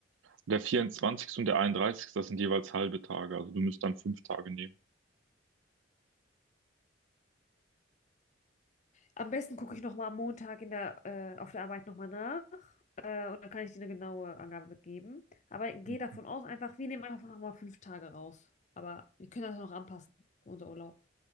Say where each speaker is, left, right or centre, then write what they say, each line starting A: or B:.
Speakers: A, on the right (about 85°); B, on the left (about 40°).
A: der vierundzwanzigste und der einunddreißigste, Das sind jeweils halbe Tage. Also du müsst dann fünf Tage nehmen.
B: Am besten gucke ich nochmal am Montag in der, äh, auf der Arbeit nochmal nach. Äh, und dann kann ich dir eine genaue Angabe mitgeben. Aber gehe
A: Okay,
B: davon aus, einfach, wir nehmen einfach mal fünf Tage raus. Aber wir können das ja noch anpassen für unser Urlaub.